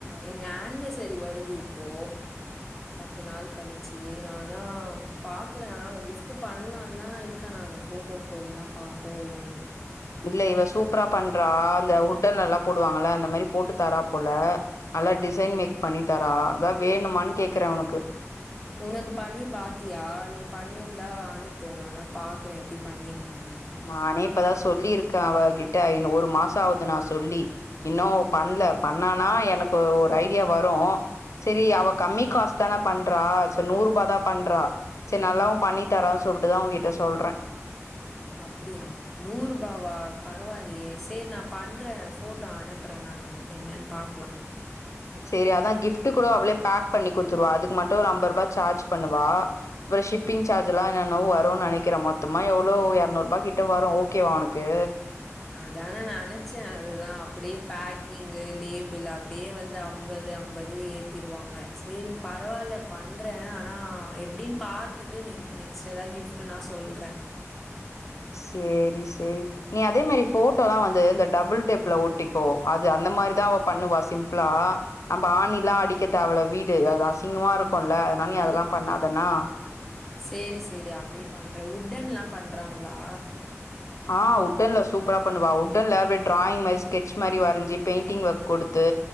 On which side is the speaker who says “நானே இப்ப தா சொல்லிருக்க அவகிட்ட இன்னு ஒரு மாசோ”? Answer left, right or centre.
Left